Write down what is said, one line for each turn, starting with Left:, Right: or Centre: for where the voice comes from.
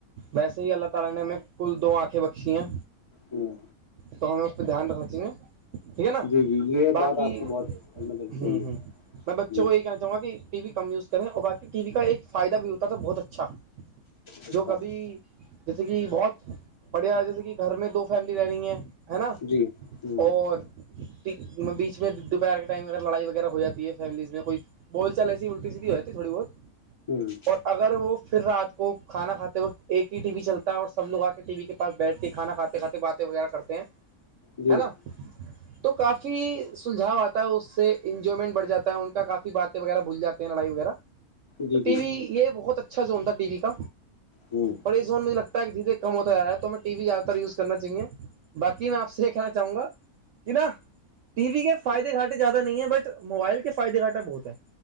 Right: ویسے اللہ تعالی نے ہمیں کل دو آنکھیں بخشی ہے
Left: ہوں
Right: تو ہمیں اس پہ دھیان رکھنا چاہ نا ٹھیک ہے نا
Left: جی جی یہ
Right: باقی
Left: بات آپ کی
Right: ہ
Left: بہت مطلب صحیح ہے
Right: ہ میں بچوں
Left: جی
Right: کو یہی کہنا جاں ٹی وی کم یوز کریں اور باقی ٹی وی کا ایک فائدہ بھی ہوتا تھا بہت اچھا
Left: اچھا
Right: جو کبھی جیسے کہ بہت بڑھیا جیسے کہ گھر میں دو فیملی رہ رہی ہے ہے نا
Left: جی ہ ہ
Right: اور ٹ بیچ میں دوپہر کے ٹائم میں اگر لڑائی وغیرہ ہو جاتی ہے فیملیز میں کوئی بول چال ایسی الٹی سیدھی ہوئے تھوڑی بہت
Left: جی
Right: اور اگر وہ پھر رات کو کھانا کھاتے وقت ایک ہی ٹی وی چلتا ہے اور سب سب لوگ کے ٹی وی کے پس بیٹھ کے کھانا کھاتے کھاتے باتیں وغیرہ کرتے ہیں
Left: جی
Right: ہے نا تو کافی سلجھاؤ آتا اس سے انجوائمنٹ بڑ جاتا ہے ان کافی باتیں وغیرہ بھول جات ہیں لڑائی وغیرہ
Left: جی
Right: تو
Left: جی
Right: ٹی وی یہ بہت اچھا زون تھا ٹی وی کا
Left: ہوں
Right: اور یہ زون مجھے لگتا ساری چیزیں کم ہوتی جا رہی ہے تو میں ٹی وی زیاد تر یوز کرنا چاہیے بقی میں آپ سے کیا چاہوں گا کہ نا ٹی وی کے فائدے گھٹے زیادہ نہیں ہے بٹ موبائل کے فائدے گھٹا بہت ہے